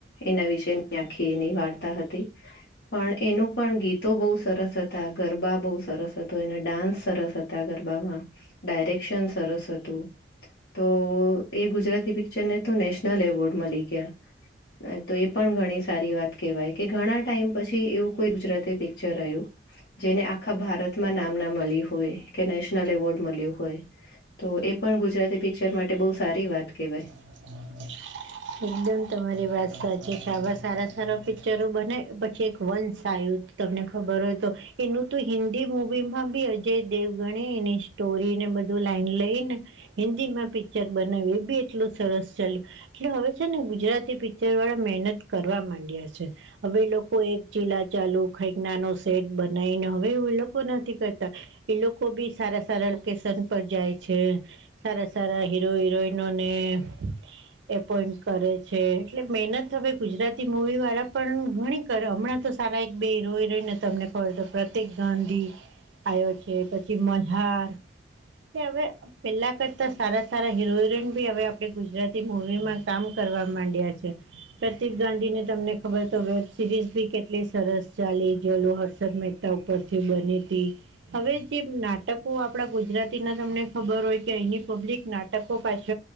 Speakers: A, on the left; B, on the right.
A: એના વિશે ની આખી એની વાર્તા હતી.
B: <inaudible>
A: પણ એનું પણ ગીતો બહુ સરસ હતા ગરબા બહુ સરસ હતો એના ડાન્સ સરસ હતા. ગરબામાં ડાયરેક્શન સરસ હતું. તો એ ગુજરાતી પિચરને તો નેશનલ એવોર્ડ મળી ગયા. તો એ પણ ઘણી સારી વાત કેહેવાય કે ઘણા ટાઈમ પછી એવું કોઈ ગુજરાતી પિક્ચર આયુ જેને આખા ભારતમાં નામના મળી હોય કે નેશનલ એવોર્ડ મળ્યો હોય. તો એ પણ ગુજરાતી પિક્ચર માટે બહુ સારી વાત કહેવાય.
B: <inaudible> એકદમ તમારી વાત સાચી છે આવા સારા સારા પિક્ચરો બને પછી એક વંશ આયુ તુ. તમને ખબર હોય તો એનું તો હિન્દી મુવી માં બી અજય દેવગણે એની સ્ટોરી ને બધું લાઈન લઈ ને હિન્દી માં પિક્ચર બનાવ્યુ. બી એટલું સરસ ચાલ્યું એટલે હવે છે ને ગુજરાતી પિક્ચર વાળા મહેનત કરવા માંડ્યા છે. હવે એ લોકો એક ચીલા ચાલુ ખાઈ નાનો સેટ બનાવીને હવે એ લોકો નથી કરતા. એ લોકો ભી સારા સારા લોકેશન પર જાય છે સારા સારા હીરો હિરોઈન એને એપોઈન્ટ કરે છે એટલે મહેનત હવે ગુજરાતી મુૂવી વાળા પણ ઘણી હમણાં તો સારા એક બે હીરો હિરોઇન રહી ને તમને ખબર તો પ્રતીક ગાંધી આવ્યો છે પછી મજાર હવે પેલા કરતા સારા સારા હીરો હિરોઈ હવે આપણે ગુજરાતી મુવી માં કામ કરવા માંડ્યા છે પ્રતિક ગાંધી ને તમને ખબર તો વેબ સિરીઝ બી કેટલી સરસ ચાલી જેલું હર્ષદ મહેતા ઉપરથી બની હવે જે નાટ નાટકો આપણા ગુજરાતી ના તમને ખબર હોય કે અહીની પબ્લિક નાટકો પાછ